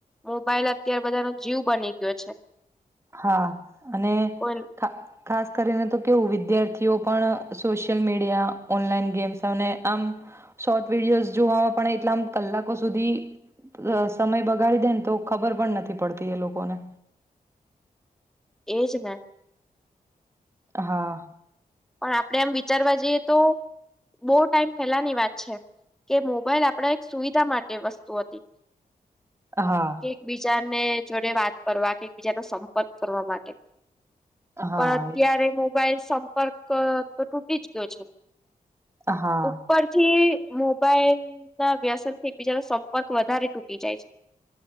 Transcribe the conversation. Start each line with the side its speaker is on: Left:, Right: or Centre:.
Centre: મોબાઈલ અત્યારે બધાનો જીવ બની ગયો છે
Right: હા અને
Centre: કોઈ
Right: ખા ખાસ કરીને તો કેવું વિદ્યાર્થીઓ પણ સોશિયલ મીડિયા ઓનલાઈન ગેમ્સ અને આમ શોર્ટ વિડિયોસ જોવામાં પણ એટલામ કલાકો સુધી સમય બગાડી દે ને તો ખબર પણ નથી પડતી એ લોકોને
Centre: એજ ને
Right: હા
Centre: પણ આપડે આમ વિચારવા જઈએ તો બહ ટાઈમ ફેલાની વાત છે કે મોબાઈલ આપણા એક સુવિધા માટે વસ્તુ હતી
Right: હા
Centre: એકબીજાને જોડે વાત કરવા કે એકબીજાનો સંપર્ક કરવા માટે
Right: હા
Centre: પણ અત્યારે મોબાઈલ સંપર્ક તો તૂટી જ ગયો છે
Right: હા
Centre: ઉપરથી મોબાઈલ ના વ્યસન થી બીજાનો સંપર્ક વધારે તૂટી જાય છે